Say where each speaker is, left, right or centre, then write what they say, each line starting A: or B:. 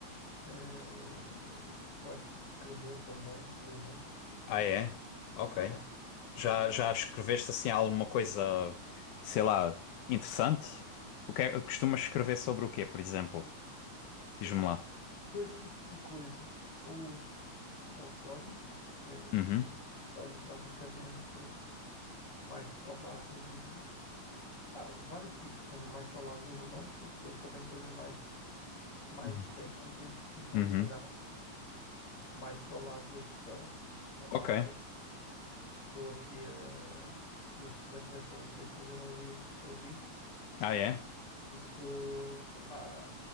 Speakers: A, on the left (about 45°); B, on the left (about 80°).
A: Eh, gosto de escrever também, por exemplo.
B: Ah, é? Ok.
A: É.
B: Já, já escreveste assim alguma coisa, sei lá, interessante? O que é, costumas escrever sobre o quê, por exemplo? Diz-me
A: Epá,
B: lá.
A: dois tipos de coisas, ou, ou histórias, eh,
B: Uhum,
A: e histórias basicamente mais para o lado do. Ah, vários tipos, mas mais para o lado do romance e depois também coisas mais, mais
B: uhum,
A: técnicas e funcionais,
B: uhum.
A: mais para o lado da gestão. Epá,
B: Ok.
A: estou aqui a. Neste momento, estou aqui a fazer um livro sobre isso.
B: Ah, é?
A: Isso, epá,